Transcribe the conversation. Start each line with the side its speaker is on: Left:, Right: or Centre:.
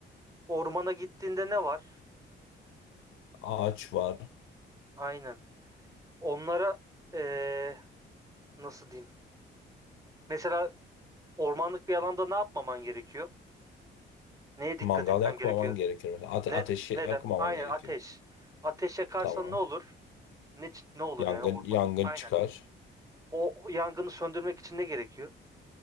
Right: ormana gittiğinde ne var?
Left: Ağaç var.
Right: Aynen. onlara eee, nasıl diyeyim? Mesela ormanlık bir alanda ne yapmaman gerekiyor? Neye dikkat
Left: Mangal
Right: etmen
Left: yakmaman
Right: gerekiyor?
Left: gerekir. Mesela ate
Right: Ne,
Left: ateşi
Right: neden?
Left: yakmaman
Right: Aynen
Left: gerekiyor.
Right: ateş. Ateş yakarsan
Left: Tamam.
Right: ne olur? Ne, ç- ne olur
Left: Yangın
Right: yani ormanda?
Left: yangın
Right: Aynen.
Left: çıkar.
Right: O, o yangını söndürmek için ne gerekiyor?